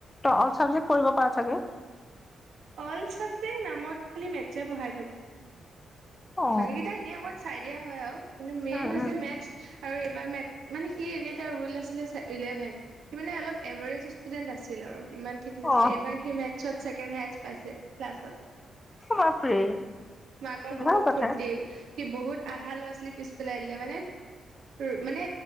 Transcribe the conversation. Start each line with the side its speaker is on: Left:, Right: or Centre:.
Left: অল চাবজেক্ কৰিব পৰা চাগে
Right: অল চাবজেক্ট নামত খালি মেথছে পঢ়াই থব
Left: অ
Right: <unintelligible> বাকীকেইটা এনেই অকণ চাই দিয়া হয় আৰু কিন্তু মেইন
Left: উম
Right: হৈছে মাত আৰু এইবাৰ মানে সি এনে এটা ৰৰুল আছিলে ইলেভেন সি মানে অলপ এভাৰেজ ষ্টুডেণ্ট আছিল আৰু ইমান ঠিক নাছিল
Left: উম অ
Right: এবাৰ সেই মেটছত ছেকেণ্ড হায়ষ্ট <unintelligible> ফূৰ্তি,
Left: বাপৰে
Right: মাকৰ বহুত
Left: ভাল কথা
Right: ফূৰ্তি বহুত আধা ল'ৰা ছোৱালী পিছ পেলাই আনিলে মানে উম মানে